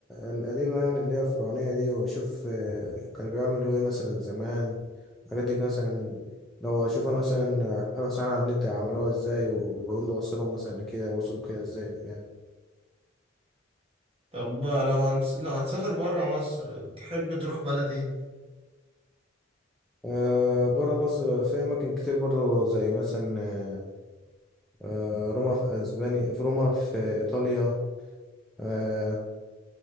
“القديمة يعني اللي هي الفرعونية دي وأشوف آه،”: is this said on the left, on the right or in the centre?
Centre